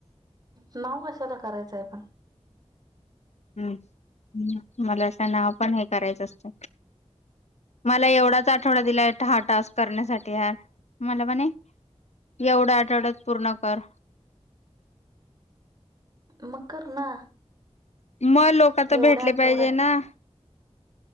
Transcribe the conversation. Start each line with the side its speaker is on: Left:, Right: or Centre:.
Right: नाव कशाला करायचय पण
Left: हम् मला अस नाव पण हे करायच असत मला एवढाच आठवडा दिला आहे हा टास्क करण्यासाठी ह मला पण एवढ्या आठवड्यात पूर्ण कर
Right: म कर ना
Left: मग लोक तर
Right: एवढ्या
Left: भेटले
Right: आठवड्यात
Left: पाहिजे ना